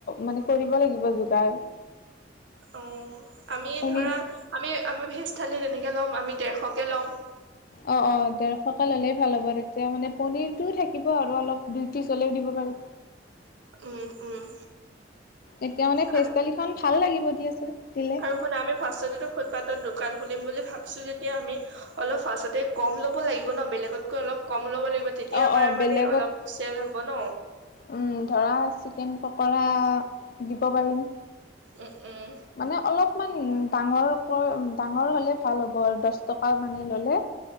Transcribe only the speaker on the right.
অ', আমি
ধৰা আমি আমি ভেজ থালি তেনেকে ল'ম আমি দেৰশকে ল'ম।
উম, উম।
আমি
আৰু শুনা আমি ফাৰ্ষতেতো ফুটপথৰ দোকান খুলিম বুলি ভাবছো যেতিয়া আমি অলপ ফাচতে কম ল'ব লাগিব ন বেলেগতকৈ অলপ কম ল'ব লাগিব তেতিয়া
আমাৰ
মানে অলপ চেল হ'ব ন।
উম, উম।